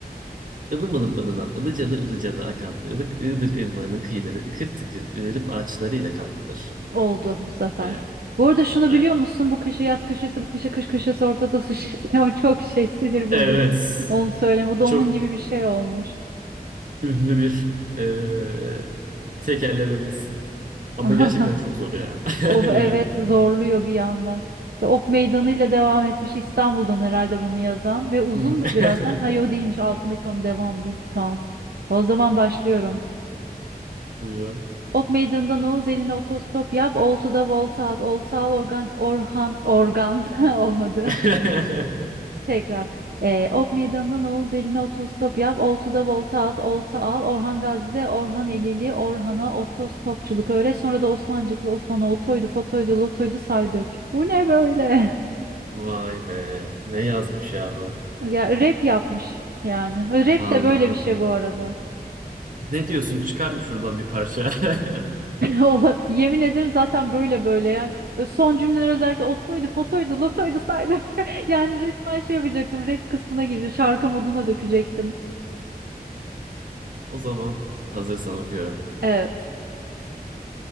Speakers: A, on the right; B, on the right.
A: Ilım ılım ılınan ılıcalı ılıcalı akan ılık ığdır ırmağının kıyıları ıkır tıkır ığırıp ağaçlarıyla kaplıdır.
B: Oldu bu sefer.
A: Evet.
B: Bu arada şunu
A: Evet.
B: biliyor musun? Bu köşe yaz köşesi, bu köşe kış köşesi, ortada su şişesi. <laughs> O çok şey sinir bozucu.
A: Evet.
B: Onu söyleme. Bu da
A: Çok
B: onun gibi bir şey olmuş.
A: ünlü bir eee tekerlememiz. Ama
B: <laughs>
A: gerçekten çok zor ya. <laughs>
B: Of evet
A: Yani.
B: zorluyor bir yanda. Ve Ok meydanıyla devam etmiş İstanbul'dan herhalde bunu yazan. Ve uzun
A: Hmm.
B: da
A: <laughs>
B: birazdan. Hayır o değilmiş altındaki onun devamı değil. Tamam. O zaman başlıyorum.
A: Buyurun.
B: Ok meydanında Oğuz eline otostop yap. Oltu'da volta at. Oltu al organ, Orhan, organ <laughs> olmadı.
A: <laughs>
B: Tekrar. Ee, Ok Meydanı'ndan Oğuz Eli'ne otostop yap. Oltu'da volta at. Olta al. Orhan Gazi'de Orhan Elili. Orhan'a otostopçuluk öğret. Sonra da Osmancıklı Osman'a otoydu, fotoydu, lotoydu saydık. Bu ne böyle? <laughs>
A: Vay be. Ne yazmış yahu?
B: Ya, rap yapmış yani. Rap
A: Valla.
B: de böyle bir şey bu arada. <laughs>
A: Ne diyorsun? Çıkar mı şuradan bir parça? <laughs>
B: ola- Yemin ederim zaten böyle böyle yani. Ö- Son cümleler özellikle otoydu, fotoydu, lotoydu saydık. <laughs> Yani resmen şey yapacaktım. Rap kısmına girecek. Şarkı moduna dökecektim.
A: O zaman hazırsan okuyorum.
B: Evet.